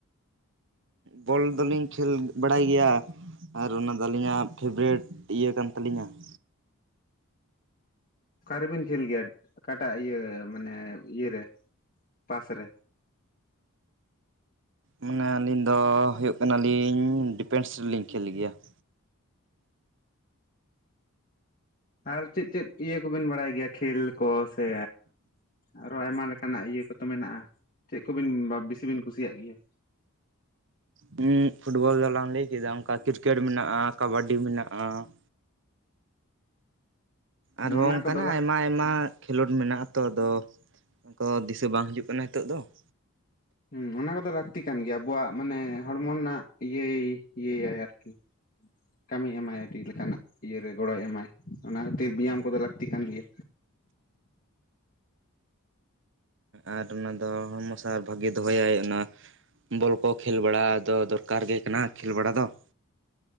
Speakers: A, on the right; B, on the left.
A: ᱵᱚᱞ ᱫᱚᱞᱤᱧ ᱠᱷᱮᱞ ᱵᱟᱲᱟᱭ ᱜᱮᱭᱟ ᱾ ᱟᱨ ᱚᱱᱟᱫᱚ ᱟᱹᱞᱤᱧᱟᱜ ᱯᱷᱮᱵᱟᱨᱮᱴ ᱤᱭᱟᱹ ᱠᱟᱱ ᱛᱟᱹᱞᱤᱧᱟ ᱾
B: ᱚᱠᱟ ᱨᱮᱵᱤᱱ ᱠᱷᱮᱞ ᱜᱮᱭᱟ ᱚᱠᱟᱴᱟᱜ ᱤᱭᱟᱹ ᱢᱟᱱᱮ ᱤᱭᱟᱹᱨᱮ ᱯᱟᱥ ᱨᱮ?
A: ᱢᱟᱱᱮ ᱟᱹᱞᱤᱧ ᱫᱚ ᱦᱩᱭᱩᱜ ᱠᱟᱱᱟᱞᱤᱧ ᱰᱤᱯᱮᱱᱥ ᱨᱮᱞᱤᱧ ᱠᱷᱮᱞ ᱜᱮᱭᱟ ᱾
B: ᱟᱨ ᱪᱮᱫ ᱪᱮᱫ ᱤᱭᱟᱹ ᱠᱚᱵᱤᱱ ᱵᱟᱲᱟᱭ ᱜᱮᱭᱟ ᱠᱷᱮᱞ ᱠᱚ ᱥᱮ? ᱟᱨᱚ ᱟᱭᱢᱟ ᱞᱮᱠᱟᱱᱟᱜ ᱤᱭᱟᱹ ᱠᱚᱛᱚ ᱢᱮᱱᱟᱜᱼᱟ ᱾ ᱪᱮᱫ ᱠᱚᱵᱤᱱ ᱵᱤᱥᱤ ᱵᱤᱱ ᱠᱩᱥᱤᱭᱟᱜ ᱜᱮᱭᱟ?
A: ᱦᱩᱸ ᱯᱷᱩᱴᱵᱚᱞ ᱫᱚᱞᱟᱝ ᱞᱟᱹᱭ ᱠᱮᱫᱟ ᱚᱱᱠᱟ ᱠᱨᱤᱠᱮᱴ ᱢᱮᱱᱟᱜᱼᱟ ᱠᱟᱵᱟᱰᱤ ᱢᱮᱱᱟᱜᱼᱟ ᱾ ᱟᱨᱦᱚᱸ
B: ᱚᱱᱟ
A: ᱚᱱᱠᱟᱱᱟᱜ
B: ᱠᱚᱫᱚ ᱞᱟᱠ
A: ᱟᱭᱢᱟ ᱟᱭᱢᱟᱼᱼ ᱠᱷᱮᱞᱳᱰ ᱢᱮᱱᱟᱜᱼᱟ ᱛᱚ ᱟᱫᱚ ᱚᱱᱠᱟ ᱫᱤᱥᱟᱹ ᱵᱟᱝ ᱦᱤᱡᱩᱜ ᱠᱟᱱᱟ ᱱᱤᱛᱚᱜ ᱫᱚ ᱾
B: ᱦᱩᱸ ᱚᱱᱟ ᱠᱚᱫᱚ ᱞᱟᱹᱠᱛᱤ ᱠᱟᱱ ᱜᱮᱭᱟ, ᱟᱵᱚᱣᱟᱜ ᱢᱟᱱᱮ ᱦᱚᱲᱢᱚ ᱨᱮᱱᱟᱜ ᱤᱭᱟᱹᱭ ᱤᱭᱟᱹᱭᱟᱭ ᱟᱨᱠᱤ᱾ ᱠᱟᱹᱢᱤ ᱮᱢᱟᱭ ᱟᱹᱰᱤ ᱞᱮᱠᱟᱱᱟᱜ ᱤᱭᱟᱹᱨᱮ ᱜᱚᱲᱚᱭ ᱮᱢᱟᱭ, ᱚᱱᱟ ᱠᱷᱟᱹᱛᱤᱨ ᱵᱮᱭᱟᱢ ᱠᱚᱫᱚ ᱞᱟᱹᱠᱛᱤ ᱠᱟᱱ ᱜᱮᱭᱟ ᱾
A: ᱟᱨ ᱚᱱᱟ ᱫᱚ ᱦᱚᱲᱢᱚ ᱥᱟᱶᱟᱨ ᱵᱷᱟᱜᱤ ᱫᱚᱦᱚᱭᱟᱭ ᱾ ᱚᱱᱟᱼᱼ ᱵᱚᱞ ᱠᱚ ᱠᱷᱮᱞ ᱵᱟᱲᱟ ᱫᱚ ᱫᱚᱨᱠᱟᱨ ᱜᱮ ᱠᱟᱱᱟ ᱠᱷᱮᱞ ᱵᱟᱲᱟ ᱫᱚ ᱾